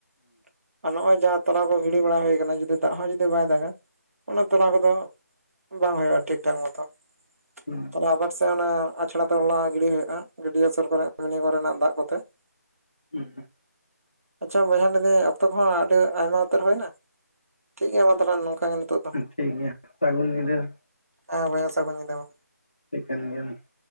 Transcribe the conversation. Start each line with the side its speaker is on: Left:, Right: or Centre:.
Right: ᱾ ᱟᱨ ᱱᱚᱜ-ᱚᱭ ᱡᱟᱦᱟᱸ ᱛᱟᱞᱟ ᱠᱚ ᱜᱤᱲᱤ ᱵᱟᱲᱟ ᱦᱩᱭ ᱠᱟᱱᱟ ᱡᱩᱫᱤ ᱫᱟᱜ ᱦᱚᱸ ᱡᱩᱫᱤ ᱵᱟᱭ ᱫᱟᱜᱟ ᱚᱱᱟ ᱛᱚᱞᱟ ᱠᱚᱫᱚ ᱵᱟᱝ ᱦᱩᱭᱩᱜᱼᱟ ᱴᱷᱤᱠ-ᱴᱷᱟᱠ ᱢᱚᱛᱚ ᱾
Left: <unintelligible>
Right: ᱛᱟᱦᱞᱮ ᱟᱵᱟᱨ ᱥᱮᱭ ᱚᱱᱟ ᱟᱪᱷᱟᱲᱟ ᱛᱚᱞᱟ ᱜᱤᱰᱤ ᱦᱩᱭᱩᱜᱼᱟ ᱜᱟᱹᱰᱭᱟᱹ ᱥᱩᱨ ᱠᱚᱨᱮ ᱢᱤᱱᱤ ᱠᱚᱨᱮᱱᱟᱜ ᱫᱟᱜ ᱠᱚᱛᱮ ᱾ <inaudible>
Left: <unintelligible> ᱸᱸ
Right: ᱟᱪᱪᱷᱟ ᱵᱚᱭᱦᱟ ᱞᱟᱹᱭ ᱫᱟᱹᱧ ᱚᱠᱛᱚ ᱠᱚᱦᱚᱸ ᱟᱹᱰᱤ ᱟᱭᱢᱟ ᱩᱛᱟᱹᱨ ᱦᱩᱭ ᱱᱟ ᱴᱷᱤᱠ ᱜᱮᱭᱟ ᱢᱟ ᱛᱟᱦᱞᱮ ᱱᱚᱝᱠᱟ ᱜᱮ ᱱᱤᱛᱚᱜ
Left: ᱴᱷᱤᱠ ᱜᱮᱭᱟ ᱥᱟᱹᱜᱩᱱ ᱧᱤᱫᱟᱹ ᱾
Right: ᱦᱮᱸ ᱵᱚᱭᱦᱟ ᱥᱟᱹᱜᱩᱱ ᱧᱤᱫᱟᱹ ᱢᱟ
Left: <unintelligible>